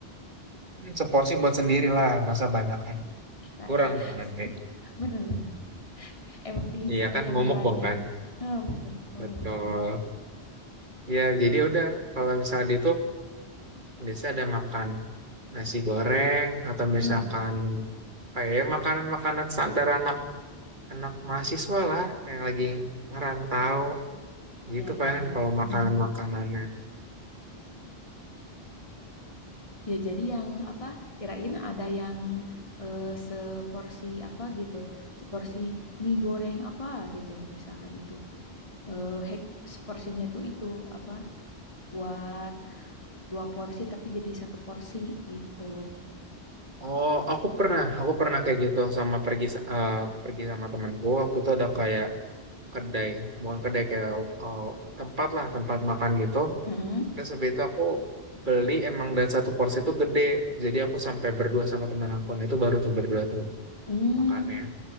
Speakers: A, on the right; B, on the left.
A: Ini seporsi buat sendiri lah masa banyakan
B: kirain
A: kurang dong
B: <laughs>
A: nanti
B: bener-bener emang diincernya
A: iya kan
B: yang
A: momok
B: banyak
A: bang kan
B: oh, bener Mamuk
A: betul
B: bang
A: ya jadi udah kalau misalnya di itu biasa ada makan nasi goreng atau
B: mm
A: misalkan kayak ya ya, makanan-makanan standar anak anak mahasiswa lah yang lagi ngerantau gitu
B: ya ya
A: kan
B: ya
A: kalau makanan
B: Mm-mm.
A: makanannya
B: ya jadi yang apa kirain ada yang eh, seporsi apa gitu seporsi mie goreng apa gitu misalkan gitu eh hek seporsinya tuh itu apa buat dua porsi tapi jadi satu porsi gitu
A: Oh, aku pernah, aku pernah kayak gitu sama pergi sa- eh, pergi sama temanku. Waktu itu ada kayak kedai, bukan kedai kayak eh, tempat lah, tempat makan gitu.
B: Mm-mm.
A: Terus habis itu aku beli emang dan satu porsi itu gede. Jadi aku sampai berdua sama teman aku. Nah, itu baru tuh berdua tuh
B: Mm,
A: makannya.